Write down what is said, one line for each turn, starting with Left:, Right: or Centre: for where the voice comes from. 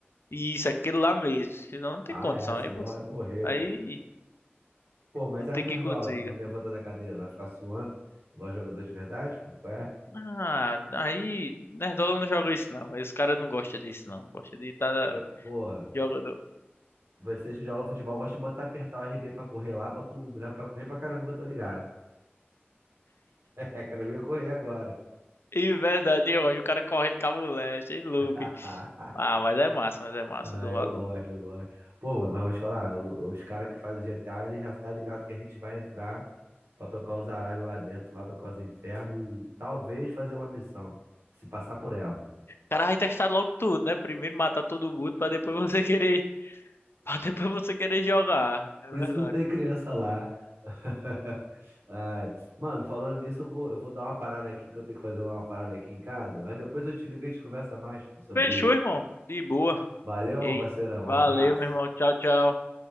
Left: E isso, aquele lá mesmo, senão não tem
Right: Ah,
Left: condição,
Right: é, senão
Left: aí você,
Right: vai morrer,
Left: aí
Right: pô. Pô, mas
Left: não
Right: as
Left: tem
Right: nerdola
Left: que consiga.
Right: que não levanta da cadeira, vai ficar suando, igual jogador de verdade, pô? Qual é?
Left: Ah, aí, Nerdola não joga isso não, aí os caras não gostam disso não, gosta de estar
Right: Que, eu- porra,
Left: jogando.
Right: vocês que jogam futebol gostam de botar, apertar o RB pra correr lá, bota o boneco pra correr pra caramba que eu tô ligado. <laughs> É, quero ver correr agora.
Left: E verdade, hoje o cara correndo com a mulher, achei louco,
Right: <laughs>
Left: hein? Ah, mas é massa, mas é massa
Right: Ah,
Left: do
Right: eu
Left: valor.
Right: gosto,
Left: O
Right: eu gosto. Pô, mano, mas vou te falar, o- os caras que fazem GTA, ele já tá ligado que a gente vai entrar pra tocar os aralhos lá dentro, lá tocar os infernos e talvez fazer uma missão, se passar por ela.
Left: cara vai testar logo tudo, né? Primeiro matar todo mundo pra depois <laughs> você querer <laughs> Pra depois você querer jogar. É
Right: Por
Left: verdade.
Right: isso que não tem criança lá. <laughs> Ai, mano, falando nisso, eu vou, eu vou dar uma parada aqui, que eu tenho que fazer uma parada aqui em casa. Aí depois eu te ligo e a gente conversa mais, pô, sobre
Left: Fechou,
Right: isso.
Left: irmão. De boa.
Right: Valeu,
Left: Ei,
Right: parceirão,
Left: valeu,
Right: um abraço.
Left: meu irmão. Tchau, tchau.